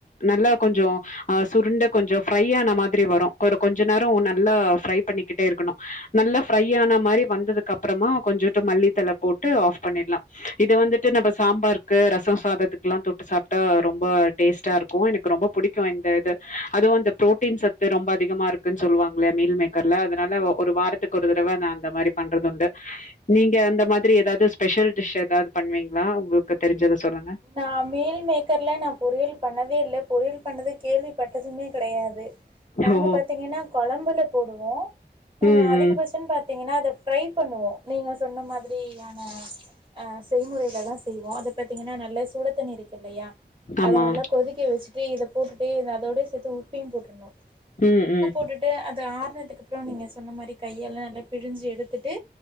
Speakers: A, on the left (about 45°); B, on the right (about 30°).
A: நல்லா கொஞ்சோ ஆ சுருண்டு கொஞ்சோ ஃப்ரை ஆன மாதிரி வரு கொஞ்ச நேரோ நல்லா ஃப்ரை பண்ணிக்கிட்டே இருக்கணு நல்லா ஃப்ரை ஆன மாதிரி வந்ததுக்கு அப் புறமா கொஞ்சோட்டு மல்லித்தளை போட்டு ஆஃப் பண்ணிடலா இது வந்துட்டு நம்ம சாம்பார் க்கு ரசோ சாதத்துக்குலா தொட்டு சாப்ட்டா ரொம்ப டேஸ்ட்டா இருக்கு எனக்கு ரொம்ப புடிக்கு இந்த இது அதுவு அந்த ப்ரோட்டீன் சத்து ரொம்ப அதிகமாக இருக்கு ன்னு சொல்லுவாங்கள்லயா மீல் மேக்கர்ல அதனால ஒரு வாரத்துக்கு ஒரு தடவ நா அந்த மாரி பண்றது உண்டு நீங்க அந்த மாதிரி எதாவது ஸ்பெஷல் டிஷ் எதாவது பண்ணுவீங்களா உங்களு க்கு தெரிஞ்சத சொல்லுங்க
B: ஆ மீல் மேக்கர்லா நா பொறியல் பண்ணதே இல்ல பண்ணது கேள்விப்பட்டதுமே கெடையாது நாங்க
A: ஓ
B: பாத்தீங்கன்னா கொழம்புல போடுவோ அ
A: ம்
B: அதிகபட்சோ
A: ம்
B: பாத்தீங்கன்னா அத ஃரை பண்ணுவோ நீங்க சொன்ன மாதிரியான ஆ செய்முறைல தா செய்வோ அத பாத் தீங்கன்னா நல்ல சூடத்தண்ணி இருக்குல்லையா
A: ஆமா
B: அத நல்லா கொதிக்க வச்சுட்டு இதுல போட்டுட்டு அதோட சேத்து உப்பும் போட்ரணு
A: ம்
B: ஆ உப்பு
A: ம்
B: போட்டுட்டு அது ஆறுனதுக்கு அப்புறோ நீங்க சொன்ன மாரி கையாலா நல்லா பிழிஞ்சு எடுத்துட்டு